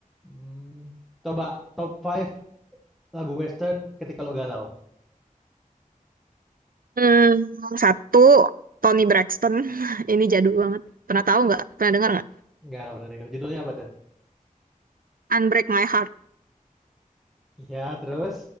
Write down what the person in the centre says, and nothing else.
Mmm, coba top five lagu western ketika lo galau.
Nggak pernah denger, judulnya apa tuh?
Iya, terus?